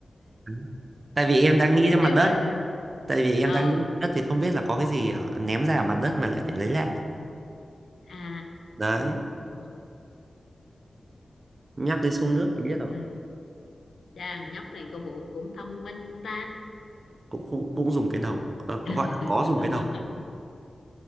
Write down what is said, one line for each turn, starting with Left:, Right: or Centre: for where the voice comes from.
Right: Đấy. tại vì em
Left: nó
Right: đang
Left: cũng
Right: nghĩ ra mặt
Left: nếu
Right: đất
Left: mà
Right: tại vì em
Left: ờ
Right: đang nghĩ đất thì không biết là có cái gì ở, ném ra ở mặt đất mà lại phải lấy lại
Left: à
Right: đấy
Left: ừ,
Right: nhắc đến sông nước
Left: ừ,
Right: thì biết rồi
Left: ừ. Dạ, nhóc này có bộ cũng thông minh ta
Right: cũng cũng cũng dùng cái đầu ờ, gọi
Left: <laughs>
Right: là có dùng cái đầu